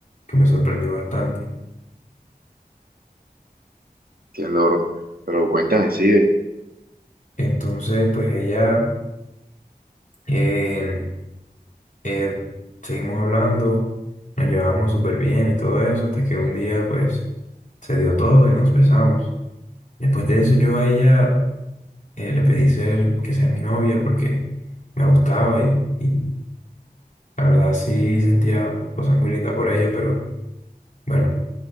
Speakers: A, on the left; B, on the right.
A: que me sorprendió bastante.
B: Entiendo, bro. Pero cuéntame, sigue.
A: Entonces, pues ella, eh, eh, seguimos hablando, nos llevábamos súper bien y todo eso, hasta que un día, pues, se dio todo y nos besamos. Después de eso, yo a ella eh, le pedí ser, que sea mi novia porque me gustaba y, y la verdad sí sentía cosas muy lindas por ella, pero bueno,